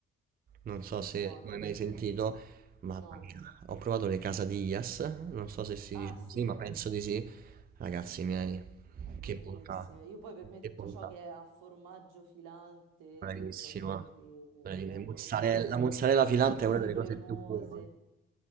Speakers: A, on the right (about 30°); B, on the right (about 80°).
A: Non so se
B: buono.
A: lo hai mai sentito, ma
B: No.
A: ho provato le quesadillas. Non so se si
B: Ah
A: dice
B: sì,
A: così, ma penso di sì. Ragazzi miei,
B: buonissime.
A: che bontà,
B: Io poi per me
A: che
B: tutto
A: bontà,
B: ciò che è a formaggio filante,
A: bravissima.
B: cose così,
A: bravissima.
B: bello,
A: Mozzarella-
B: oppure roba,
A: La mozzarella filante
B: cose
A: è una delle
B: cremose.
A: cose più buone.